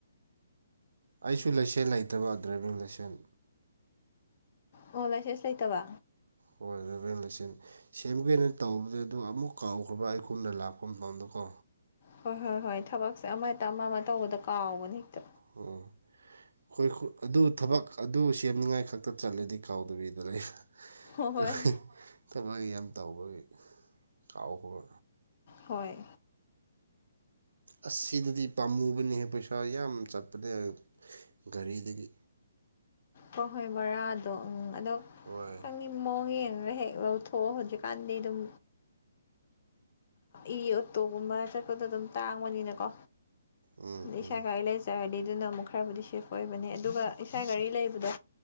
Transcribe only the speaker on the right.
ꯑꯩꯁꯨ ꯂꯩꯁꯦꯟ ꯂꯩꯇꯕ ꯗ꯭ꯔꯥꯏꯚꯡ ꯂꯥꯏꯁꯦꯟ
ꯑꯣꯏꯗꯕꯆꯟ ꯁꯦꯝꯒꯦꯅ ꯇꯧꯕꯗ ꯑꯗꯨ ꯑꯃꯨꯛ ꯀꯥꯎꯈ꯭ꯔꯕ ꯑꯩꯈꯣꯏꯅ ꯂꯥꯛꯄ ꯃꯇꯝꯗ ꯀꯣ
ꯑꯣ ꯍꯣꯏ ꯑꯗꯨ ꯊꯕꯛ ꯑꯗꯨ ꯁꯦꯝꯅꯤꯡꯉꯥꯏ ꯈꯛꯇ ꯆꯠꯂꯦꯗꯤ ꯀꯥꯎꯗꯕꯤꯗ ꯂꯩꯕ꯭ꯔꯥ
ꯑꯩꯈꯣꯏ ꯊꯕꯛꯒꯤ ꯌꯥꯝ ꯇꯥꯎꯕꯒꯤ ꯀꯥꯎꯈ
ꯑꯁ ꯁꯤꯗꯗꯤ ꯄꯥꯝꯃꯨꯕꯅꯤꯍ ꯄꯩꯁꯥ ꯌꯥꯝ ꯆꯠꯄꯅꯦ ꯒꯥꯔꯤꯗꯒꯤ
ꯍꯣꯏ
ꯎꯝ
ꯎꯝ